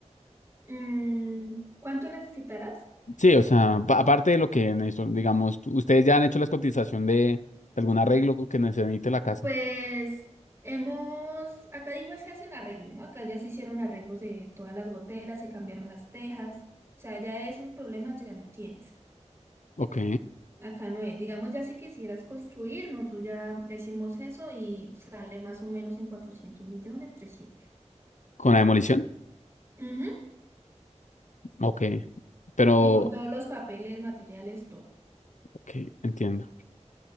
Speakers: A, on the right (about 20°); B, on the left (about 90°).
A: Mm, ¿Cuánto necesitarás?
B: Sí, o sea, pa- aparte de lo que en eso, digamos, tú- ustedes ya han hecho la cotización de, de algún arreglo que necesite la casa.
A: pues hemos, acá igual se hacen arreglos, ¿no? Acá ya se hicieron arreglos de todas las goteras, se cambiaron las tejas, o sea, ya esos problemas ya no tienes.
B: Ok.
A: Acá no es, digamos ya si quisieras construir, nosotros ya, ya hicimos eso y sale más o menos en 400 millones, 300.
B: ¿Con la demolición?
A: Ujú,
B: Ok. Pero,
A: Y con todos los papeles, materiales, todo.
B: ok, entiendo.